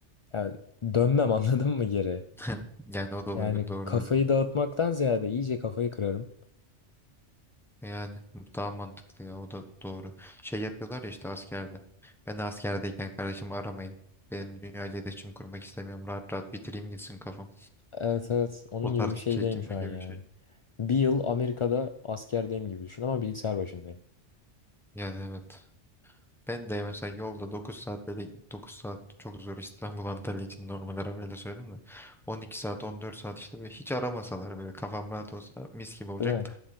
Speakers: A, on the left (about 45°); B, in the centre.
A: Yani dönmem <laughs> anladın mı geri?
B: <laughs> Yani o da olabilir
A: Yani
B: doğru
A: kafayı
B: da.
A: dağıtmaktan ziyade iyice kafayı kırarım.
B: Yani bu daha mantıklı ya o da doğru. Şey yapıyorlar ya işte askerde. Ben askerdeyken kardeşim aramayın. Benim dünya ile iletişim kurmak istemiyorum. Rahat rahat bitireyim gitsin kafam.
A: Evet evet onun
B: O tarz
A: gibi bir şeydeyim
B: çekilme
A: şu an
B: gibi
A: yani.
B: bir şey.
A: Bir yıl Amerika'da askerdeyim gibi düşün ama bilgisayar başındayım.
B: Yani evet. Ben de mesela yolda 9 saat böyle 9 saat çok zor İstanbul <laughs> Antalya için normal arabayla söyledim de 12 saat 14 saat işte böyle hiç aramasalar böyle kafam rahat olsa mis gibi olacak
A: Değil mi?
B: da